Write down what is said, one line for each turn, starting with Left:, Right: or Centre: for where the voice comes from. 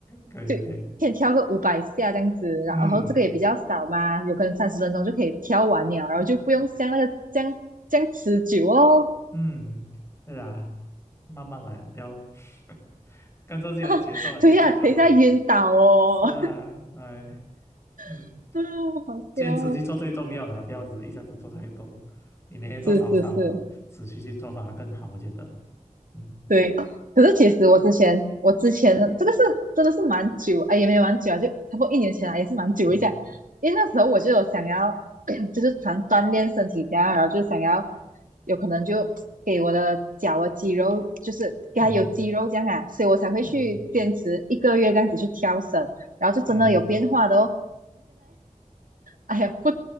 Left: 可以可以，
Right: 就先跳个五百下这样子，
Left: 嗯。
Right: 然后这个也比较少嘛，有可能三十分钟就可以跳完了，然后就不用像那个这样这样持久哦，
Left: 嗯嗯，对啊，慢慢来啊，不要 <laughs> 跟着自己的节奏来去做就好。
Right: <laughs> 对呀、啊等一下晕倒哦，
Left: 是啊，哎，嗯，
Right: <laughs> 嗯，好笑哦，
Left: 坚持去做最重要的啊，不要只一下子做太多，你每天做少少，
Right: 是是是，
Left: 持续去做反而更好，我觉得。嗯
Right: 对，可是其实我之前，我之前这个是真的是蛮久，哎，也没有蛮久啊，就差不多一年前啊，也是蛮久一下。
Left: 嗯
Right: 因为那时候我就有想要，<clears throat> 就是想锻炼身体这样，然后就想要有可能就给我的脚的肌肉，就是给它有肌肉这样啊，
Left: 嗯
Right: 所以我才会去坚持一个月这样子去跳绳，
Left: 嗯
Right: 然后就真的有变化的哦。
Left: 嗯，
Right: 哎呀，不，